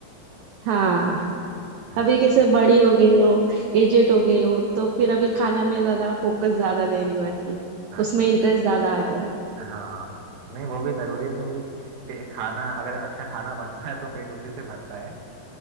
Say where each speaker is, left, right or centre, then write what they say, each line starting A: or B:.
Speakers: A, on the right; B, on the right.
A: हाँ
B: अच्छा
A: अभी कैसे बड़ी हो गई हो एजेड हो गई हो तो फिर अभी खाना में ज्यादा फोकस ज्यादा दे रही हूँ और की
B: अच्छा
A: उसमें इंटरेस्ट ज्यादा आ गया
B: हाँ नहीं वो भी जरूरी है क्योंकि पे- खाना अगर अच्छा खाना बनता है तो पेट उसी से भरता है